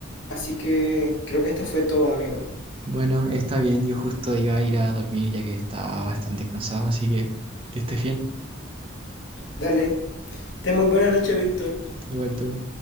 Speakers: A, on the left; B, on the right.
A: así que creo que esto fue todo, amigo.
B: Bueno, está bien, yo justo iba a ir a dormir ya que estaba bastante cansado, así que que estés bien,
A: Dale. Ten muy buena noche, Víctor.
B: igual tú.